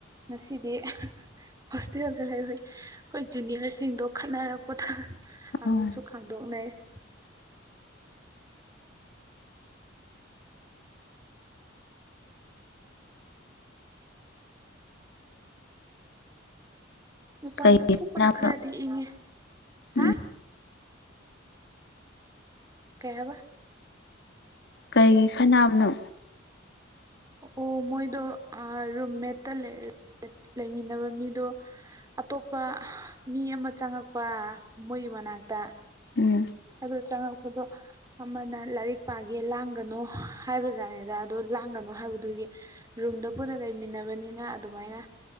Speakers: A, on the right; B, on the left.
A: ꯉꯁꯤꯗꯤ ꯍꯣꯁꯇꯦꯜꯗ ꯂꯩꯕꯩ ꯑꯩꯈꯣꯏ ꯖꯨꯅꯤꯌꯔꯁꯤꯡꯗꯣ ꯈꯠꯅꯔꯛꯄꯗ
B: ꯑꯣ
A: ꯑꯃꯃꯨꯛꯁꯨ ꯈꯥꯃꯗꯣꯛꯅꯩ ꯫ ꯃꯄꯥꯟꯗ
B: ꯀꯩꯒꯤ
A: ꯊꯣꯛꯄꯅ
B: ꯈꯠꯅꯕ
A: ꯈꯔꯗꯤ ꯏꯪꯉꯦ ꯍꯥ
B: ꯎꯝ
A: ꯀꯩ ꯍꯥꯏꯕꯥ
B: ꯀꯩꯒꯤ ꯈꯅꯥꯝꯅꯣ
A: ꯑꯣ ꯃꯣꯏꯗꯣ ꯔꯨꯝꯃꯦꯠꯇ ꯂꯩꯃꯤꯟꯅꯕ ꯃꯤꯗꯣ ꯑꯇꯣꯞꯄ ꯃꯤ ꯑꯃ ꯆꯪꯉꯛꯄ ꯃꯣꯏꯒꯤ ꯃꯅꯥꯛꯇ
B: ꯎꯝ
A: ꯑꯗꯣ ꯆꯉꯛꯄꯗꯣ ꯑꯃꯅ ꯂꯥꯏꯔꯤꯛ ꯄꯥꯒꯦ ꯂꯥꯡꯒꯅꯣ ꯍꯥꯏꯕꯖꯥꯠꯅꯤꯗ ꯑꯗꯣ ꯂꯥꯡꯒꯅꯨ ꯍꯥꯏꯕꯗꯨꯒꯤ ꯔꯨꯝꯗ ꯄꯨꯟꯅ ꯂꯩꯃꯤꯟꯅꯕꯅꯤꯅ ꯑꯗꯨꯃꯥꯏꯅ